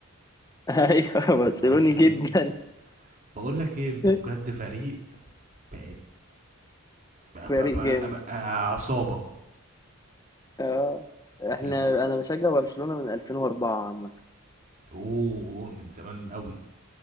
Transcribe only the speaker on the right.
برشلونه
بقول لك ايه انتوا
بجد فريق بقت بقى, بقى,
بقى,
بقى عصابه
ال-
اوه أوه، من زمان قوي